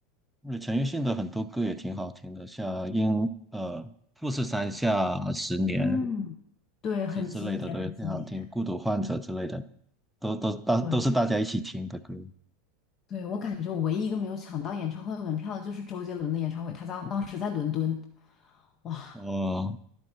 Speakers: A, in the centre; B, on the left.
A: 而陈奕迅的很多歌也挺好听的，像《英》呃《富士山下十年》
B: 嗯，对，很经典，
A: 之之类的都也挺好听，
B: 很经典。
A: 《孤独患者》之类的都都大都是大家一起听的歌。
B: 对，对，我感觉我唯一一个没有抢到演唱会门票的就是周杰伦的演唱会，他当当时在伦敦，哇，
A: 哦，